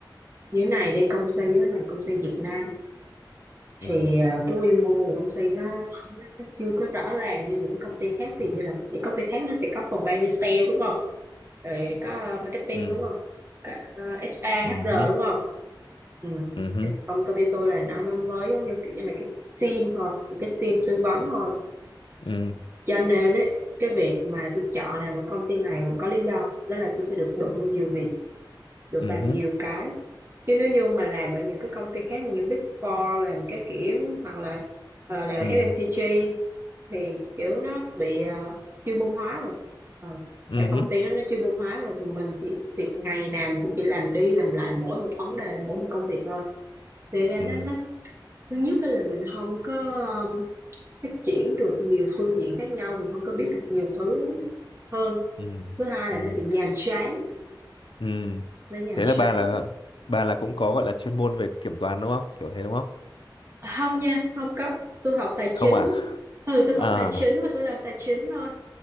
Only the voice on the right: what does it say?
Như thế này đi công ty đó là công ty Việt Nam
thì ờ, cái quy mô của công ty nó, nó chưa có rõ ràng như những công ty khác vì như là những công ty khác nó sẽ có phòng ban như sale đúng không? Rồi có ờ, marketing
đúng không? Có ờ, HR,
HR
đúng không? Ừ.
Thì Công công ty tôi là nó nó mới giống như kiểu như là cái team thôi, một cái team tư vấn thôi.
Cho nên ấy, cái việc mà tôi chọn làm ở công ty này cũng có lý do, đó là tôi sẽ được đụng vào nhiều việc, được
làm nhiều cái. Chứ nếu như mà làm ở những cái công ty khác như Big Four, làm cái kiểm hoặc là ờ, làm
ở FMCG thì kiểu nó bị ờ, chuyên môn hóa rồi. Ờ,
Tại công ty nó nó chuyên môn hóa rồi thì mình chỉ việc ngày nào mình cũng chỉ làm đi làm lại mỗi một vấn đề mỗi một công việc thôi thì nó
nó thứ nhất á là mình không có, ờm, phát triển được nhiều phương diện khác nhau, mình không có biết được nhiều thứ hơn.
Thứ hai là
nó bị nhàm chán,
nó nhàm
chán.
À, hông nha, không có, tôi học tài
chính
ừ, tôi
học tài chính và tôi làm tài chính thôi,